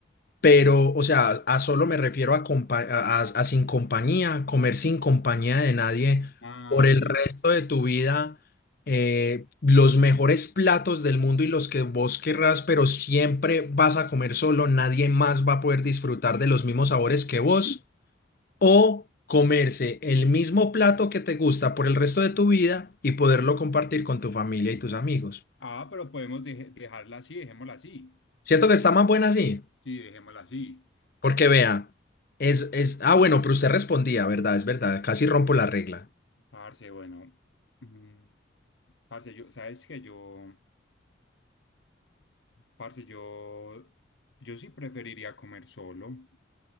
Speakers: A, on the left; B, on the left.
A: pero, o sea, a solo me refiero a, compa- a, a- a sin compañía, comer sin compañía de nadie
B: Ah,
A: por el
B: sí.
A: resto de tu vida. eh, los mejores platos del mundo y los que vos querrás, pero siempre vas a comer solo, nadie más va a poder disfrutar de los mismos sabores que vos. o comerse el mismo plato que te gusta por el resto de tu vida y poderlo compartir con tu familia y tus amigos.
B: Ah, pero podemos deje- dejarla así, dejémosla así.
A: ¿Cierto que está más buena así?
B: Sí, dejémosla así.
A: Porque vea, es, es, ah, bueno, pero usted respondía, ¿verdad? Es verdad, casi rompo la regla.
B: Parce, bueno. mm, Parce, yo, sabes que yo, parce, yo, yo sí preferiría comer solo.